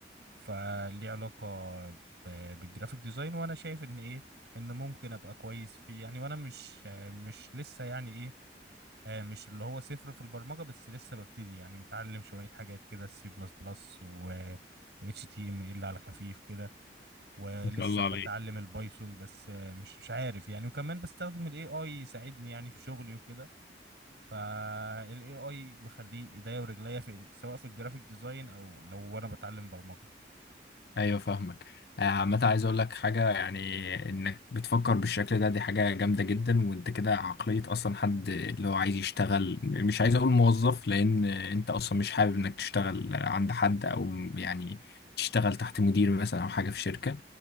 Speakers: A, on the right; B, on the left.
A: فليه علاقة ب- بالجرافيك ديزاين وانا شايف ان ايه ان ممكن ابقى كويس فيه يعني وانا مش مش لسه يعني ايه آه، مش اللي هو صفر في البرمجة بس لسه ببتدي يعني متعلم شوية حاجات كده السي بلس بلس و و HTML على خفيف كده ولسه
B: ما شاء الله عليك
A: بتعلم البايثون بس آه، مش مش عارف يعني وكمان بستخدم ال AI يساعدني يعني في شغلي وكده فال AI مخليه ايديا ورجليا في سواء في الجرافيك ديزاين او لو وانا بتعلم برمجة
B: ايوه فاهمك آه، عامة عايز اقول لك حاجة يعني انك بتفكر بالشكل ده دي حاجة جامدة جدا وانت كده عقلية اصلا حد اللي هو عايز يشتغل مش عايز اقول موظف لان انت اصلا مش حابب انك تشتغل عند حد او يعني تشتغل تحت مدير مثلا او حاجة في شركة